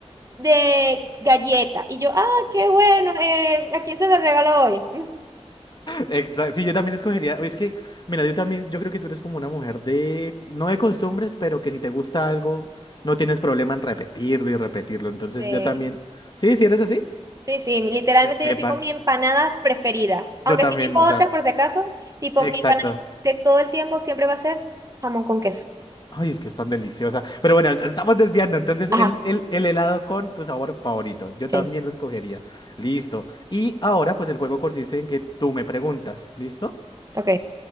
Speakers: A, on the right (about 30°); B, on the left (about 40°).
A: de, de galleta. Y yo, ah, qué bueno, eh, ¿a quién se lo regaló hoy? <laughs>
B: Exacto. Sí, yo también escogería. Es que, mira, yo también, yo creo que tú eres como una mujer de, no de costumbres, pero que si te gusta algo, no tienes problema en repetirlo y repetirlo. Entonces,
A: Sí.
B: yo también. Sí, sí eres así.
A: Sí, sí, literalmente
B: E-
A: yo
B: epa,
A: tengo mi empanada preferida, aunque
B: yo también,
A: sí tengo
B: o sea,
A: otras por si acaso, tipo
B: exacto.
A: mi empanada de todo el tiempo siempre va a ser jamón con queso.
B: Ay, es que es tan deliciosa. Pero bueno, nos estamos desviando. Entonces,
A: Ajá,
B: el, el, el helado con tu sabor favorito. Yo
A: sí,
B: también lo escogería. Listo. Y ahora, pues el juego consiste en que tú me preguntas. ¿Listo?
A: ok,